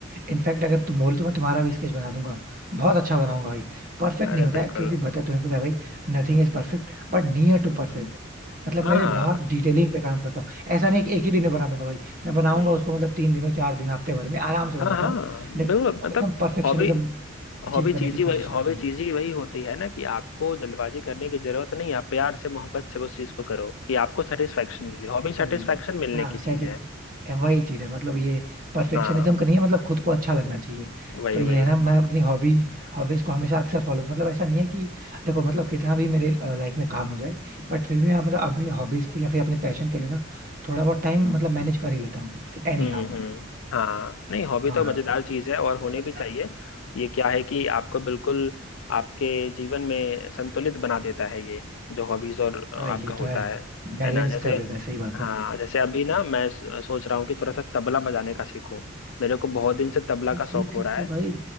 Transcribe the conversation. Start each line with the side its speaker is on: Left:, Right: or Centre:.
Right: इनफैक्ट अगर तुम बोलो तो मैं तुम्हारा भी स्केच बना दूंगा बहुत अच्छा बनाऊंगा भाई परफेक्ट
Left: अरे
Right: नहीं होता
Left: बिल्कुल
Right: है क्योंकि बता तुम्हें पता है भाई nothing is perfect but near to perfect मतलब
Left: हाँ
Right: मैं भी
Left: हाँ
Right: बहुत डिटेलिंग पे काम करता हूँ ऐसा नहीं कि एक ही दिन में बना दूंगा भाई मैं बनाऊंगा
Left: हम्म
Right: उसको मतलब तीन दिनों चार दिन हफ्ते भर में आराम से बनाता
Left: हाँ हाँ
Right: हूँ लेकिन
Left: बिल्कुल मतलब
Right: एकदम परफेक्शनिज्म
Left: हॉबी
Right: अचीव
Left: हॉबी
Right: करने
Left: चीज
Right: की
Left: ही
Right: कोशिश
Left: वही
Right: करता
Left: हॉबी
Right: हूँ
Left: चीज ही वही होती है ना कि आपको जल्दबाजी करने की जरूरत नहीं आप प्यार से मोहब्बत से उस चीज को करो कि आपको सेटिस्फेक्शन मिले
Right: एग्जैक्टली
Left: हॉबी सेटिस्फेक्शन मिलने
Right: हाँ
Left: की
Right: सेट
Left: चीज है
Right: वही चीज है मतलब ये परफेक्शनिज्म
Left: हाँ
Right: का नहीं है मतलब खुद को अच्छा लगना चाहिए
Left: वही
Right: तो ये
Left: वही
Right: है ना मैं अपनी हॉबी हॉबीज को हमेशा अक्सर फॉलो मतलब ऐसा नहीं है कि देखो मतलब कितना भी मेरे लाइफ में काम हो जाए बट फिर भी मैं मतलब अपनी हॉबीज के लिए या फिर अपने पैशन के लिए ना थोड़ा बहुत टाइम मतलब मैनेज कर ही लेता हूँ एनी
Left: हम्म
Right: हाउ
Left: हम्म, हाँ नहीं हॉबी
Right: हाँ
Left: तो
Right: हाँ
Left: मजेदार
Right: हॉबी
Left: चीज है और होनी
Right: तो मजेदार
Left: भी चाहिए ये क्या है कि आपको बिल्कुल आपके जीवन में संतुलित बना देता है ये जो हॉबीज और अ,
Right: हाँ
Left: आपका
Right: ये
Left: होता
Right: तो है
Left: है
Right: बैलेंस
Left: है ना जैसे
Right: कर देता है सही बात
Left: हाँ
Right: है भाई
Left: जैसे अभी ना मैं स- सोच रहा हूँ कि थोड़ा सा तबला बजाने का सीखूं मेरे को बहुत दिन से तबला
Right: हाँ
Left: का
Right: सीख
Left: शौक हो
Right: सकते
Left: रहा है
Right: हो भाई